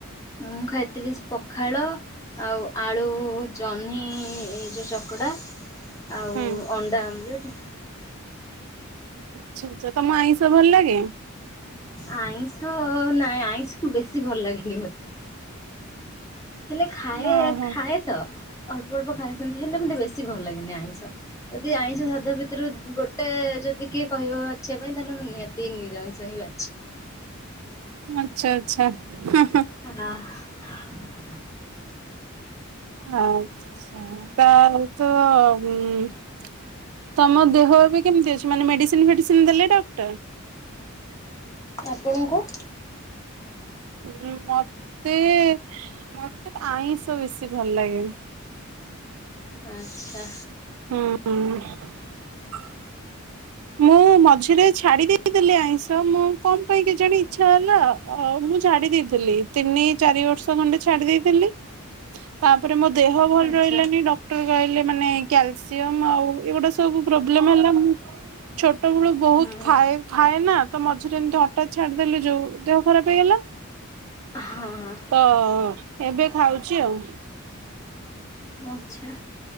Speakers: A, on the left; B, on the right.
A: ମୁଁ ଖାଇଥିଲି ସେ ପଖାଳ ଆଉ ଆଳୁ ଜହ୍ନି ଏ ଯୋଉ ଚକଡା। ଆଉ
B: ହୁଁ
A: ଅଣ୍ଡା ଆମ୍ଲେଟ୍।
B: ଆଚ୍ଛା-ଆଚ୍ଛା ତମୁକୁ ଆଇଁଷ ଭଲ୍ ଲାଗେ?
A: ଆଇଁଷ ନାଇଁ ଆଇଁଷ ବେଶୀ ଭଲ୍ ଲାଗେନି ମତେ। ହେଲେ ଖାଏ-ଖାଏ
B: ଓହୋ
A: ତ ଅଳ୍ପ-ଅଳ୍ପ ଖାଏ ସେମ୍ତି ହେଲେ ମତେ ବେଶୀ ଭଲ୍ ଲାଗେନି ଆଇଁଷ। ଯଦି ଆଇଁଷ ସାଧା ଭିତୁରୁ ଗୋଟେ ଯଦି କିଏ କହିବ ବାଛିବା ପାଇଁ ତାହେଲେ ମୁଁ ନିହାତି ତି ନିରାମିଶ ହିଁ ବାଛି
B: ଆଚ୍ଛା-ଆଚ୍ଛା <unintelligible>
A: <unintelligible>
B: ଆଚ୍ଛା, <unintelligible> ତ ଉଁ ତମ ଦେହ ଏବେ କେମ୍ତି ଅଛି, ମାନେ ମେଡିସିନ୍ ଫେଡିସିନ୍ ଦେଲେ ଡକ୍ଟର୍?
A: ଆପଣଙ୍କୁ।
B: ହୁଁ ମତେ-ମତେ ଆଇଁଷ ବେଶୀ ଭଲ୍ ଲାଗେ।
A: ଆଚ୍ଛା।
B: ହୁଁ। ମୁଁ ମଝିରେ ଛାଡି ଦେଇଥିଲିି ଆଇଁଷ, ମୁଁ କଣ ପାଇଁ କେଜାଣି ଇଚ୍ଛା ହେଲା। ଅ ମୁଁ ଛାଡି ଦେଇଥିଲି ତିନି ଚାରି ବର୍ଷ ଖଣ୍ଡେ ଛାଡି ଦେଇଥିଲି। ତାପରେ ମୋ ଦେହ ଭଲ
A: ଆଚ୍ଛା।
B: ରହିଲାନି, ଡ କ୍ଟର କହିଲେ ମାନେ କ୍ୟାଲସିୟମ୍ ଆଉ ଏଗୁଡା ସବୁ ପ୍ରୋବ୍ଲେମ୍ ହେଲା, ମୁଁ ଛୋଟବେଳୁ ବହୁତ
A: ହୁଁ।
B: ଖାଏ। ଖାଏ ନା ତ ମଝିରେ ଏମିତି ହଠାତ୍ ଛାଡିଦେଲି ଯୋଉ ଦେହ ଖରାପ ହେଇଗଲା।
A: ହଁ।
B: ତ ଏବେ ଖାଉଛି ଆଉ।
A: ଆଚ୍ଛା।